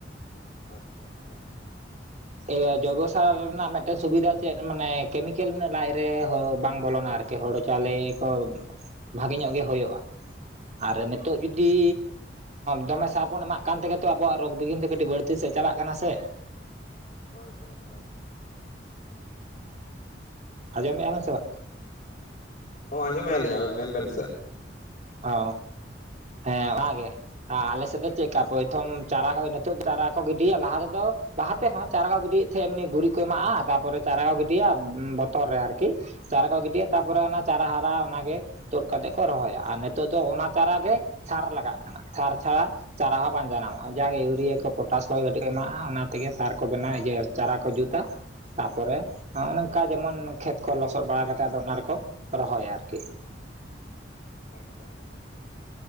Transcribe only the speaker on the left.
<inaudible>
ᱟᱪᱷᱟ ᱟᱪᱷᱟ ᱟᱪᱷᱟ <inaudible>
ᱦᱚ ᱟᱸᱡᱚᱢ ᱢᱮᱜ-ᱟ ᱞᱤᱧ ᱟᱵᱮᱱ ᱢᱮᱱ ᱵᱮᱱ ᱥᱮ
ᱟᱪᱪᱷᱟ ᱟᱪᱪᱷᱟ ᱟᱪᱷᱟ